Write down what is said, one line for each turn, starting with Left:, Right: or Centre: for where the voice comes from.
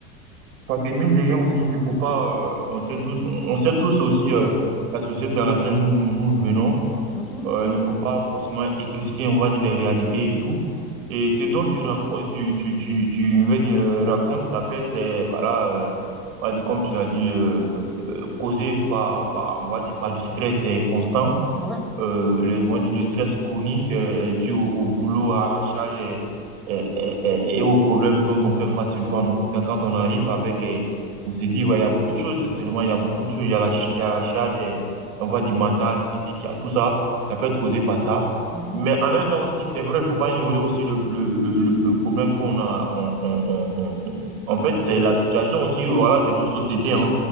Right: parce que mine de rien aussi, il ne faut pas, euh, on sait tous, on sait tous aussi euh, la société dans laquelle nous, nous venons.
Centre: Mhm.
Right: Euh, il ne faut pas forcément éclipser, on va dire, les réalités et tout. Et ce dont tu racontes, tu, tu, tu, tu veux dire, euh, racontes, ça peut être, euh, voilà, euh, on va dire, comme tu l'as dit, euh, euh, causé par, par, on va dire, par du stress euh, constant
Centre: Ouais.
Right: euh, le, moi, le stress chronique euh, est dû au, au boulot, à la charge et, et, et- et aux problèmes dont on fait face, surtout en Occident. Quand on arrive avec, euh, on s'est dit, ouais, il y a beaucoup de choses, sincèrement, il y a beaucoup de choses. Il y a la, ch- il y a la charge, et, on va dire mentale, physique, il y a tout ça. Ça peut être causé par ça.
Centre: Mhm.
Right: Mais en même temps aussi, c'est vrai, il faut pas ignorer aussi le, le, le, le le problème qu'on a. On, on, on, on- on- en fait, c'est la situation aussi, voilà, de nos sociétés, hein.